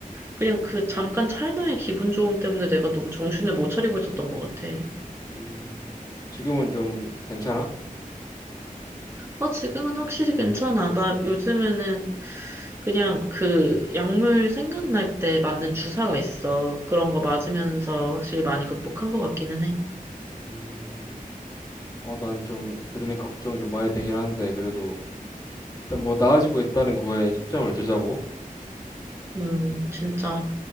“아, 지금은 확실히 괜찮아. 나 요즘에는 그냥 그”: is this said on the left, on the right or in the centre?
Right